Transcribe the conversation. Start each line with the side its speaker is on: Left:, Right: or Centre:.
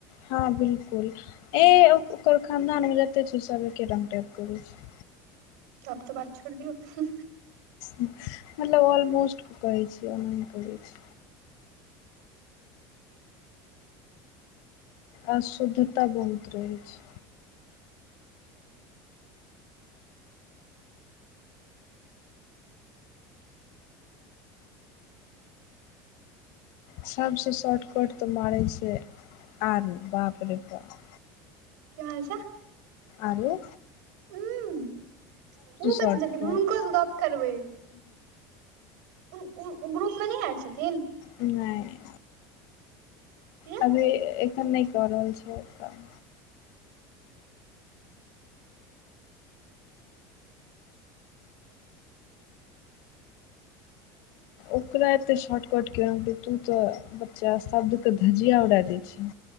Left: हँ बिलकुल ए ओकर खानदानमे जते छै सभ एके रंग टाइप करै छै
Right: तब तऽ बात छोड़ दिऔ हूं
Left: मतलब ऑलमोस्ट कहै छी ऑनलाइन करै छी अऽ शुद्धता बहुत रहे छै सबसँ शॉर्टकट तऽ मारै छै <unintelligible> आरनु बाप रे बाप
Right: की हाल छै
Left: आरले
Right: हुँ ऊ कतऽ
Left: शॉर्टकट
Right: जेथिन हुनकोसँ गप करबै ऊ ऊ ग्रुप मे नय एड छथिन
Left: नय
Right: प्रिया
Left: अभी एखन नइ कऽ रहल छै काम ओकरा एतै शॉर्टकट के अंते तू त बच्चा शब्दक धजिया उड़ा दै छै